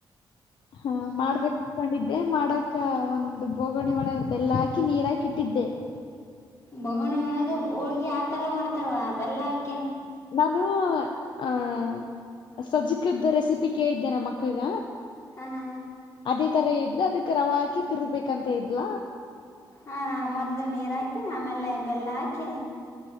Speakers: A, on the left; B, on the left.
A: ಹಾ
B: ಹ್ಞೂ
A: ಮಾಡ್ಬೇಕ ಅಕೊಂಡಿದ್ದೆ ಮಾಡಕ ಒಂದು ಬೋಗಣಿ ಒಳೆ ಬೆಲ್ಲ ಹಾಕಿ ನೀರಾಕಿ ಇಟ್ಟಿದ್ದೆ. <inaudible>
B: ಬಹುಣಿಯ ಒಳಗೆ ಹೋಗಿ ಆತರ ಮಾಡ್ತಾರ ಬೆಲ್ಲಾಕಿ.
A: ನಾನು. ಆಹ ಸಜ್ಕದ್ದ ರೆಸಿಪಿ ಕೇಳಿದ್ದೆ ನಮ್ಮ ಅಕ್ಕಗ.
B: ಹಾಂ
A: ಅದೇ ತರ ಇದ್ಲ ಅದಕ್ ರವಾ ಹಾಕಿ ತಿರುಬೇಕಂತ ಇದ್ಲ.
B: ಹಾ ಮೊದ್ಲು ನೀರ್ ಹಾಕಿ ಆಮೇಲೆ ಬೆಲ್ಲ ಹಾಕಿ.